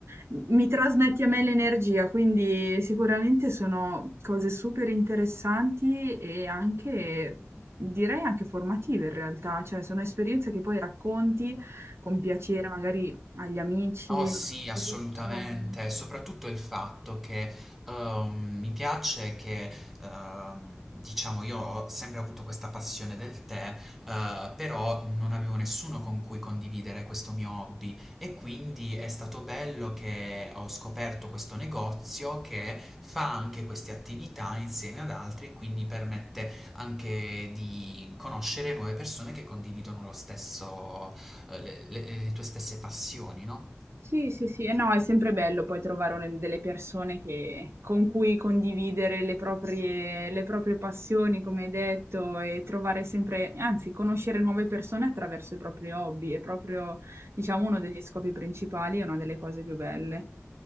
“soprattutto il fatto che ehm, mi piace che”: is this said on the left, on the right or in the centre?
Centre